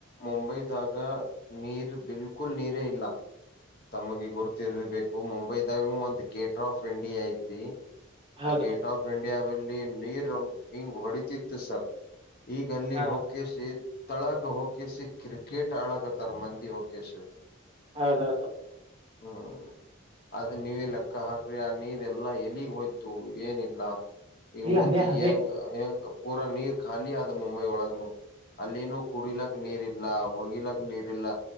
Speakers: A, on the left; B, on the right.
A: ಮುಂಬೈದಾಗ ನೀರ್ ಬಿಲ್ಕುಲ್ ನೀರೇ ಇಲ್ಲ ತಮಗೆ ಗುರುತಿರ್ಬೇಕು ಮುಂಬೈದಾಗೂ ಒಂದ್ ಗೇಟ್ ವೇ ಆಫ್ ಇಂಡಿಯಾ ಐತಿ
B: ಹೌದು
A: ಆ ಗೇಟ್ ಆಫ್ ಇಂಡಿಯಾದಲ್ಲಿ ನೀರು ಹಿಂಗ್ ಹೊಡತಿತ್ತು ಸರ್ ಈಗ ಅಲ್ಲಿ
B: ಹಾ
A: ಹೋಗಿಸಿ ತಳಗ ಹಕಿಸಿ ಕ್ರಿಕೆಟ್ ಟಳಕ ತಾರ ಮಂದಿ ಕೆಸ
B: ಹೌದೌದು
A: ಹ್ಮ ಅದ ನೀವೇ ಲೆಕ್ಕ ಹಾಕ್ರಿ ಆ ನೀರೆಲ್ಲಾ ಎಲಿಗ್ ಹೋಯ್ತು ಏನಿಲ್ಲ ಈಗ
B: ಇಲ್ಲ
A: ಮುಂದೆ
B: ಅದೇ ಅದೇ
A: ಹೆಂಗ ಹೆಂಗ ಪೂರಾ ನೀರ್ ಖಾಲಿ ಆದ ಮುಂಬೈ ಒಳಗನು ಅಲ್ಲಿನುೂ ಕುಡಿಲಕ್ ನೀರ್ ಇಲ್ಲ ಹೋಗಿಲಕ್ ನೀರ್ ಇಲ್ಲ